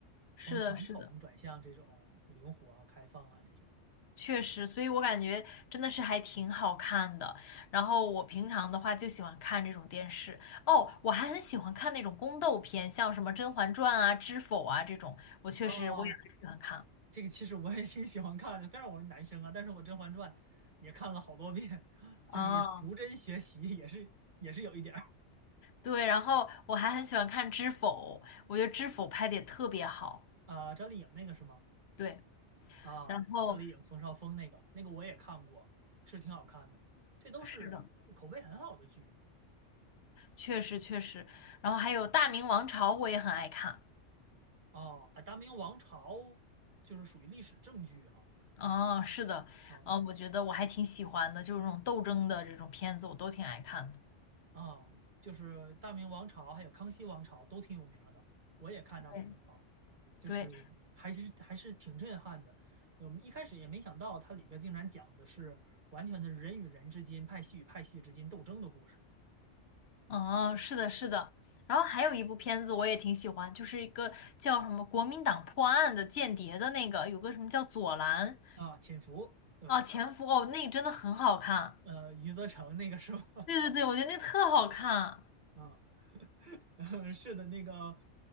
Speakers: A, on the left; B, on the right.
A: 是的，
B: 从传统转向这种灵活啊、
A: 是的。
B: 开放啊这种。
A: 确实，所以我感觉真的是还挺好看的。然后我平常的话就喜欢看这种电视。哦，我还很喜欢看那种宫斗片，像什么《甄嬛传》啊、《知否》啊这种，我确实我也很喜欢看。
B: 哦，这个其实我也挺喜欢看的，虽然我是男生啊，但是我《甄嬛传》也看了好多遍，<laughs> 就是逐帧学习也是也是有一点儿
A: 哦，对，然后我还很喜欢看《知否》，我觉得《知否》拍的也特别好。
B: 啊。赵丽颖那个是吗？
A: 对，
B: 啊，
A: 然后
B: 赵丽颖、冯绍峰那个那个我也看过，是挺好看的，这都是口碑很好的剧
A: 是的，确实确实，然后还有《大明王朝》，我也很爱看。
B: 哦。啊，《大明王朝》就是属于历史正剧哈，
A: 哦，是的，
B: 嗯
A: 嗯，我觉得我还挺喜欢的，就是这种斗争的这种片子，我都挺爱看的。
B: 啊，就是大明王朝还有康熙王朝都挺有名儿的，我也看大明王朝，
A: 对
B: 就是还是还是挺震撼的。
A: 对，
B: 我们一开始也没想到它里边竟然讲的是完全的人与人之间、派系与派系之间斗争的故事
A: 嗯，是的，是的。然后还有一部片子我也挺喜欢，就是一个叫什么《国民党破案》的间谍的那个，有个什么叫左蓝
B: 啊，潜伏，对吧？
A: 啊前夫哦，那个真的很好看。
B: 呃，余则成那个是吧？
A: 对对对，我觉得那特好看，
B: <laughs> 啊，<laughs> 是的，那个